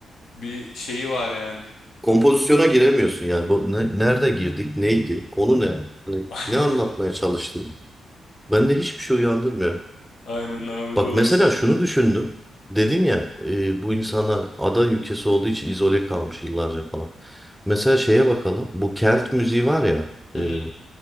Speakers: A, on the left; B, in the centre.
A: bir şeyi var yani
B: Kompozisyona giremiyorsun yani. Bu ne- nerede girdik? Neydi? Konu ne? Hani
A: <laughs> aynen
B: ne anlatmaya çalıştın? Bende hiçbir şey uyandırmıyor.
A: aynen abi
B: Bak
A: doğru
B: mesela
A: söylüyorsun
B: şunu düşündüm. Dedin ya e, bu insanlar ada ülkesi olduğu için izole kalmış yıllarca falan. Mesela şeye bakalım. Bu Kelt müziği var ya
A: Hı
B: e,
A: hı.